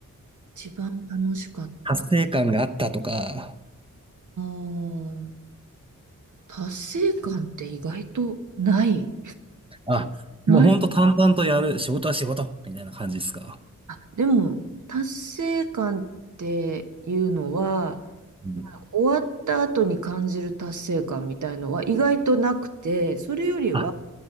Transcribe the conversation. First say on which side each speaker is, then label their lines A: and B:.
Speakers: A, on the right (about 65°); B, on the right (about 15°).
A: 一番楽しかった。
B: 達成感があったとか。
A: あー達成感って意外とない。
B: あ、
A: ない。
B: もうほんと淡々とやる、仕事は仕事みたいな感じですか
A: あ、でも、達成感っていうのは、
B: うん。
A: まあ終わった後に感じる達成感みたいのは意外となくて、それよりは、
B: あ、